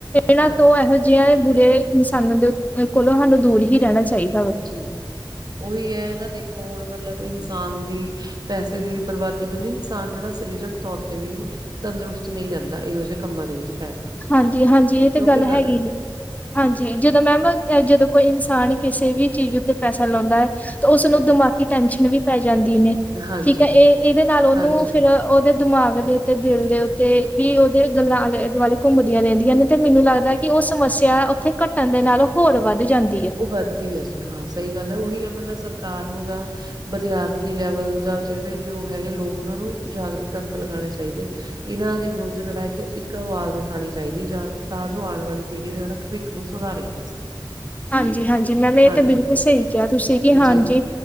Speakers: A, on the left; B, on the right.
A: ਏਨਾਂ
B: ਹਾਂਜੀ,
A: ਤੋਂ ਐਹੋ ਜੇ ਜਿਆਂ ਬੁਰੇ ਇਨਸਾਨਾਂ ਦੇ ਉੱਤ-ਅ-ਕੋਲੋਂ ਹਾਨੂੰ ਦੂਰ ਹੀ ਰੈਣਾ ਚਾਇਦ
B: ਜੀ ਓਈ ਐ, ਨਾ ਦੇਖੋ ਹੁਣ ਮਲਬ ਇਨਸਾਨ ਦੀ ਪੈਸੇ ਦੀ ਵੀ ਬਰਬਾਦੀ ਪਤਾ ਇਨਸਾਨ ਜੇੜਾ ਸਰੀਰਕ ਤੌਰ ਤੇ ਵੀ ਤੰਦਰੁਸਤ ਨਈਂ ਰਹਿਦਾ ਇਹੋ ਜੇ ਕੰਮਾਂ ਦੇ ਵਿੱਚ ਪੈ ਕੇ।
A: ਹਾਂਜੀ-ਹਾਂਜੀ! ਏ ਤੇ
B: ਜੋ
A: ਗੱਲ
B: ਕਿ ਗ਼ਲਤ
A: ਹੈਗੀ
B: ਹੈ।
A: ਜੇ। ਹਾਂਜੀ! ਜਦੋਂ ਮੈਮ, ਜਦੋਂ ਕੋਈ ਇਨਸਾਨ ਕਿਸੇ ਵੀ ਚੀਜ਼ ਉੱਤੇ ਪੈਸਾ ਲਾਉਂਦਾ ਐ ਤੇ ਓਸਨੂੰ
B: ਜੀ,
A: ਦਿਮਾਗੀ ਟੈਨਸ਼ਨ ਵੀ ਪੈ ਜਾਂਦੀ ਨੇ,
B: ਹਾਂਜੀ,
A: ਠੀਕ ਐ। ਏ ਏਦੇ ਨਾਲ ਉਹਨੂੰ
B: ਹਾਂਜੀ,
A: ਫਿਰ ਓਦੇ ਦਿਮਾਗ ਦੇ ਉੱਤੇ, ਦਿਲ ਦੇ ਉੱਤੇ ਵੀ ਉਹਦੇ ਗੱਲਾਂ ਆਲੇ-ਦੁਆਲੇ ਘੁੰਮਦੀਆਂ ਰਹਿੰਦੀਆਂ ਨੇ। ਤੇ ਮੈਨੂੰ ਲੱਗਦਾ ਕਿ
B: ਜੀ
A: ਉਹ ਸਮੱਸਿਆ ਉੱਥੇ ਘਟਣ ਦੇ ਨਾਲੋਂ ਹੋਰ ਵੱਧ ਜਾਂਦੀ ਐ।
B: ਉਹ ਵੱਧਦੀ ਹੈ, ਹਾਂ! ਸਈ ਗੱਲ ਐ। ਓਹੀ ਆਪਣਾ ਸਰਕਾਰ ਨੂੰ ਜਾਂ ਵਿਦਿਆਰਥੀ ਲੈਵਲ ਦਾ ਜਿਦੇ ਚ ਓ ਹੈਗੇ ਲੋਕ, ਓਨਾਂ ਨੂੰ ਜਾਗਰੂਕ ਕੈਂਪ ਲਗਾਣੇ ਚਾਹੀਦੇ। ਇਹਨਾਂ ਦੇ ਵਿਰੁੱਧ ਜਿਹੜਾ ਇੱਕ ਆਵਾਜ਼ ਉਠਾਉਣੀ ਚਾਹੀਦੀ ਹੈ ਜਾ ਤਾਂ ਜੋ ਆਉਣ ਵਾਲੀ ਪੀੜ੍ਹੀ ਦਾ ਜਿਹੜਾ ਭਵਿੱਖ ਉਨੂੰ ਸੁਧਾਰਿਆ ਜਾ ਸਕੇ।
A: ਹਾਂਜੀ ਹਾਂਜੀ ਮੈਮ ਇਹ
B: ਹਾਂਜੀ,
A: ਤਾਂ ਬਿਲਕੁਲ ਸਹੀ ਕਿਹਾ ਤੁਸੀਂ ਕਿ ਹਾਂਜੀ।
B: ਜੀ।